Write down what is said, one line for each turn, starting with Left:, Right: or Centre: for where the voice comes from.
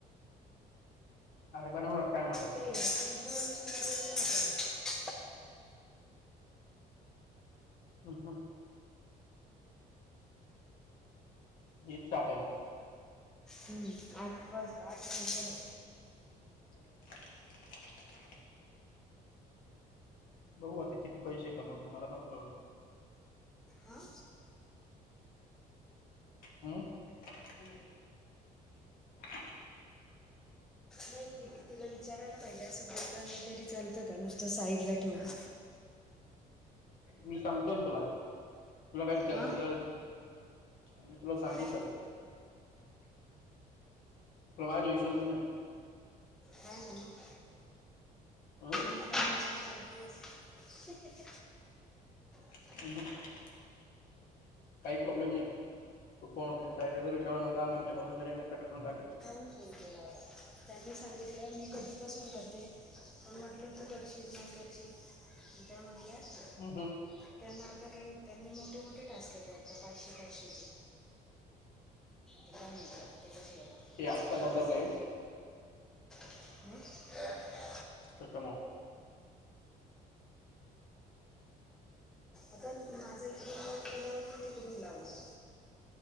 Left: अरे बनवणार काय म्हणतात
Centre: ते <unintelligible>
Left: हम हं ये चहा प्यायलाय
Centre: हम्म आ बस आठ घंटे हो
Left: <inaudible> बघु आता किती पैसे कमवते मला पण कळून दे.
Centre: हां
Left: अ म <unintelligible>
Centre: नाही ते ईथे तिला विचारायला पाहिजे असं बोलल नाही तरी चालतं का नुसतं साईड ला ठेवून.
Left: मी सांगतोय ना तुला. तुला काय विचारायच
Centre: हां
Left: असल <unintelligible> मी तुला सांगितलं
Centre: काय
Left: काय? <inaudible> तुला माझ्यावर विश्वासच नाही.
Centre: हाय ना मग.
Left: हं.
Centre: तू काय खाशील काय जे असेल <inaudible>
Left: य ह. काही प्रॉब्लेम नाही तो फोन उचलून साईडला जरी ठेवल ना दाहा मिनिटे भरून झालन कट करून टाकायचा.
Centre: तू फोन केला होता त्यांनी सांगितलं मी कट कधी पासून करते पण म्हटलं तू करशील न करशील त्या म्हटल्यात.
Left: ह, हं.
Centre: त्यांना आता काही त्यांनी मोठे मोठे टास्क घेतल्यात ते पाचशे, पाचशे चे. <inaudible> इथं काय म्हणतात? आता कसे वाटते?
Left: ते आत्ता बदललंय
Centre: <inaudible> ह.
Left: कसं मग.
Centre: आता माझं इकडून कट केलावरती तिकडून लावणार.